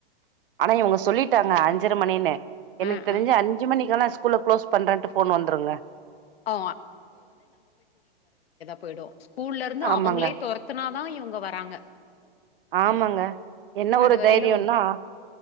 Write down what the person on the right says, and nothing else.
ஆனா இவங்க சொல்லிட்டாங்க அஞ்சர மணின்னு எனக்கு
தெரிஞ்ச
அஞ்சு மணிக்கெல்லா ஸ்கூல்ல கு்ளோஸ் பண்றேன்ட்டு போன் வந்துருங்க
ஆமாங்க
ஆமாங்க என்ன ஒரு
தைரியம்னா